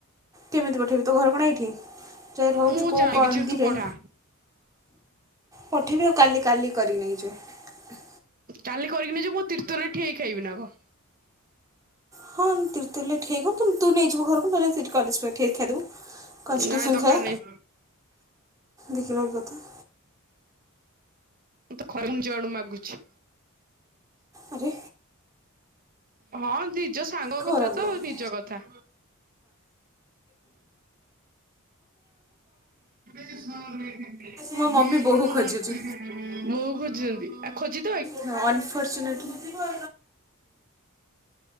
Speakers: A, on the right (about 15°); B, on the right (about 40°).
A: କେମିତି ପଠେଇବି ତୋ ଘର କଣ ଏଇଠି ଯା ରହୁଛୁ
B: ମୁଁ
A: କେଉଁ
B: ଜାଣି
A: କନ୍ଦିରେ।
B: କିଛି ତୁ ପଠା
A: ପଠେଇବି ଆଉ କାଲି କାଲି କରି ନେଇଯିବ।
B: କାଲି କରିକିନି ଯେ ମୁଁ ତିର୍ତ ରେ ଠିଆ ହେଇ ଖାଇବି ନା କ।
A: ହଁ ତିର୍ତଲରେ ଠିକ ହଅନ୍ତୁ ତୁ ନେଇଯିବୁ ଘରକୁ ନହେଲେ ସେଠ କଲେଜରେ ଠିକ ଖାଇଦେବୁ। କସ
B: ନାଇଁ
A: ଟିଫିନ
B: ଦରକାର
A: ଖାଏ
B: ନାହିଁ
A: ଦେଖିବା କଥା।
B: ମତେ ଖରେମ ଜଆଡୁ ମାଗୁଛି।
A: ଆରେ
B: ହଁ ନିଜ ସାଙ୍ଗ
A: ଖରାପ
B: କଥା ତ
A: ଲାଗିଲା।
B: ନିଜ କଥା। ବୋଉ ଖୋଜୁଛନ୍ତି
A: ମୋ ମମି ବୋହୂ ଖୋଜୁଛି
B: ଆଉ ଖୋଜି
A: ହଁ ଅନଫର୍ଚୁନେଟଲି ହ।